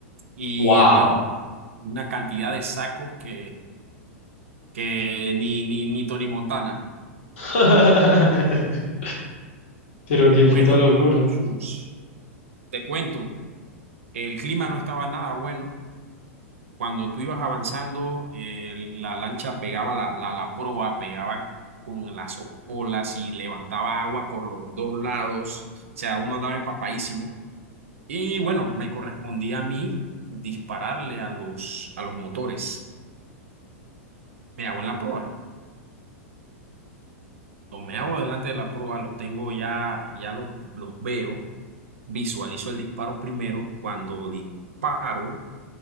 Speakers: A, on the right; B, on the left.
A: Y
B: ¡Wow!
A: hermano, una cantidad de sacos que, que ni, ni, ni Tony Montana.
B: <laughs> Pero qué
A: Bueno,
B: puta locura.
A: chus, te cuento, el clima no estaba nada bueno cuando tú ibas avanzando, eh, la lancha pegaba la, la, la proa, pegaba con las olas y levantaba agua por los dos lados. O sea, uno andaba empapadísimo. Y bueno, me correspondía a mí dispararle a los, a los motores. Me hago en la proa. Lo Me hago delante de la proa, los tengo ya, ya los, los veo. Visualizo el disparo primero. Cuando disparo,